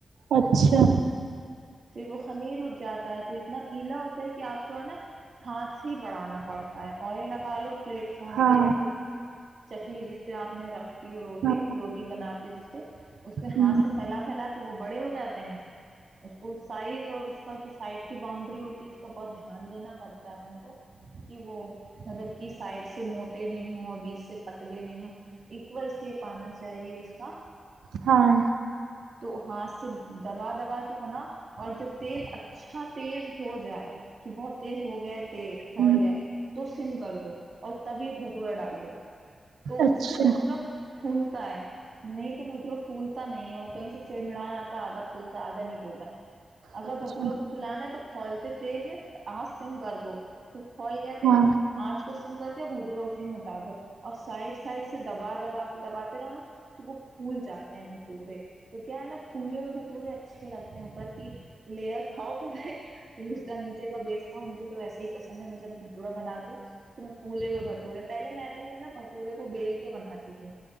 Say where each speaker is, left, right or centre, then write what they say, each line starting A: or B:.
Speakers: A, on the right; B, on the right.
A: اچھا
B: پھر وہ خمیر اٹھ جاتا ہے تو اتنا گیلا ہوتا ہے کہ آپ کو ہے نا ہاتھ سے ہی بڑانا پڑتا ہے آئل لگا لو پلیٹ فارم
A: ہاں
B: پہ یا پھر چکلی جس پہ آپ نے رکھتی وہ روٹی
A: ہاں
B: روٹی بناتی جس پہ اس پہ ہاتھ
A: ہوں
B: سے پھیلا پھیلا کے وہ بڑے ہو جاتے ہیں اس کو سائز اور اس کا جو سائڈ کی باؤنڈری ہوتی ہے اس کا بہت دھیان دینا پڑتا ہے اپن کو کہ وہ مطلب کہ سائڈ سے موٹے نہیں ہوں اور بیچ سے پتلے نہیں ہوں اول شیپ آنا چاہیے اس کا
A: ہاں
B: تو ہاتھ سے دبا دبا کے بنا اور جب تیل اچھا تیز ہو جائے کہ بہت تیز ہو گیا ہے تیل کھول
A: ہوں
B: گیا تو سم کر دو اور تبھی بھٹورا ڈال دو تو
A: اچھا
B: اس سے بھٹورا پھولتا ہے نہیں تو بھٹرو پھولتا نہیں ہے وہ کہیں سے چڑمڑا جاتا آدھا پھولتا ہے آدھا نہیں بولتا اگر
A: اچھا
B: بھورا کو فلانا ہے تو کھولتے تیل میں آج سم گرد ہو خول گ
A: ہاں
B: آج سم کر کے بھٹورا اسی میں اتار دو اور سائڈ سائڈ سے دبا دبا کے دباتے رہو نا تو وہ پھول جاتے ہیں بھٹورے تو کیا ہے نا پھولے میں بٹورے اچھے لگتے اوپر کی لیئر کھاؤ پہلے پھر اس کا نیچے کا بیس کھاؤ مجھے تو ویسے ہی پسند ہے میں جب بھٹورا بناتی ہوں تم پھولے ہوئے بھٹورے پہلے میں بھی ہے نا بھٹورے کو بیل کے بناتی تھی